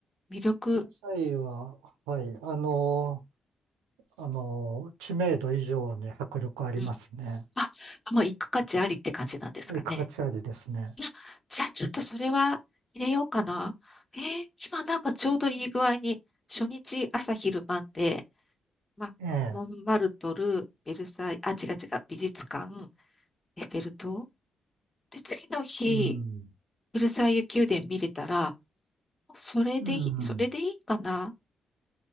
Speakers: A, on the left (about 25°); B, on the right (about 85°).
A: 魅力、
B: ベルサイユは、はい、あの、あの、知名度以上に迫力ありますね。
A: うん。あ、もう行く価値ありって感じなんですかね。
B: いい価値ありですね。
A: いや、じゃあ、ちょっとそれは入れようかな。えー今なんかちょうどいい具合に、初日朝昼晩で、ま、
B: ええ。
A: モンマルトル、ベルサイユ、あ、違う違う、美術館、エッフェル塔。で、次の日、
B: うん。
A: ベルサイユ宮殿見れたら、もうそれでいい、
B: うん。
A: それでいいかな。